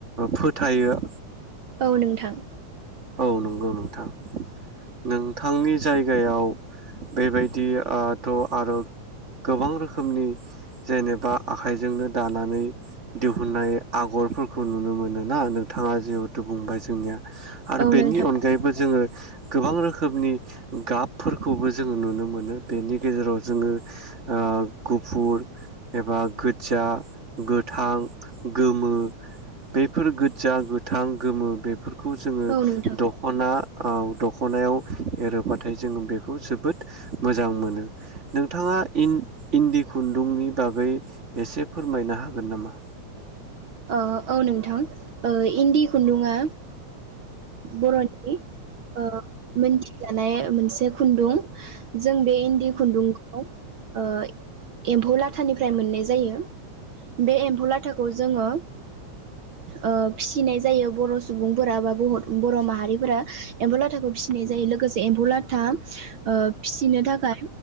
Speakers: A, on the right; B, on the right.
A: फोथायो।
B: औ नोंथां।
A: औ नंगौ नोंथां नोंथांनि जायगायाव बेबायदिथ' आरो गोबां रोखोमनि जेनेबा आखाइजोंनो दानानै दिहुननाय आगरफोरखौ नुनो मोनो ना नोंथाङा जेहुथु बुंबाय जोंनिया। आरो
B: औ
A: बेनि
B: नोंथां
A: अनगायैबो जोङो। गोबां रोखोमनि गाबफोरखौबो जोङो नुनो मोनो बेनि गेजेराव जोङो ओह। गुफुर एबा गोज्ज गोथां गोमो बेफोर गोजा गोथां गोमो बेफोरखौ
B: औ नोंथां
A: दखना औ दख ख'नायाव एरोबा नाथाय जोंङ बेखौ जोबोद मोजां मोनो नोंथाङा इन्दि इन्दि खुन्दुंनि बागै एसे फोरमायनो हागोन नामा?
B: ओह औ नोंथां ओइ। इन्दि खुन्दुङा बर'नि ओ मोनथिजानाय मोनसे खुन्दुं। जों बे इन्दि खुन्दुंखौ ओह एम्फौ लाथानिफ्राय मोननाय जायो बे एम्फौ लाथाखौ जोङो ओ फिसिनाय जायो बर' सुबुंफोरा बा बर' बर' माहारिफोरा एम्फौ लाथाखौ फिसिनाय जायो लोगोसे एम्फौ लाथा ओ फिसिनो थाखाय